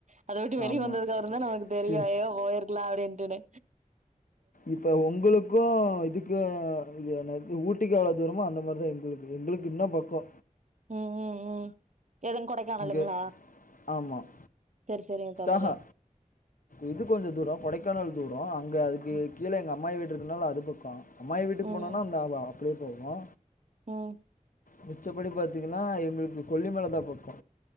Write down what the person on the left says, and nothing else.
ஆமாம்
சரி
இப்ப ஒங்களுக்கு இதுக்கு என்னது ஊட் டிக்கு எவ்ளோ தூரமோ அந்த மாரி தா எங்களுக்கு எங்களுக்கு இன்னோ பக்கோ
இங்கே ஆமாம்
ஆஹா இது கொஞ்ச தூர கொடைக்கானல் தூர அங்க அதுக்கு
கீழ எங்க அம்மாயி வீடு இருக்குனால அது பக்க அம்மாயி வீட்டுக்கு
போனுனா அந்த அ அப்டியே போயிவோ
மிச்சபடி பாத்தீங்கனா எங்களுக்கு கொல்லிமல தா பக்கோ